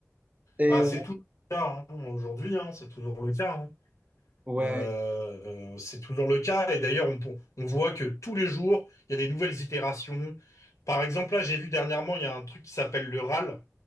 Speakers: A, on the right (about 30°); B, on the left (about 80°).
A: Et
B: bah,
A: euh,
B: c'est tout le cas hein, aujourd'hui, hein, c'est toujours le cas. hein.
A: ouais,
B: Euh, c'est toujours le cas. Et d'ailleurs, on, on voit que tous les jours, il y a des nouvelles itérations. Par exemple, là, j'ai vu dernièrement, il y a un truc qui s'appelle le RAL